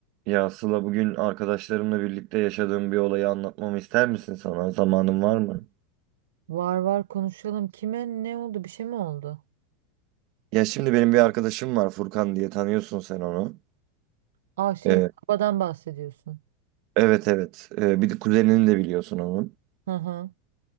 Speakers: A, on the right; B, on the right.
A: Ya Sıla bugün arkadaşlarımla birlikte yaşadığım bir olayı anlatmamı ister misin sana? Zamanın var mı?
B: Var var konuşalım. Kime ne oldu? Bir şey mi oldu?
A: Ya şimdi benim bir arkadaşım var Furkan diye tanıyorsun sen onu.
B: Aa şey
A: Ee,
B: babadan bahsediyorsun.
A: evet evet. Ee, bir de kuzenini de biliyorsun onun.
B: Hı hı.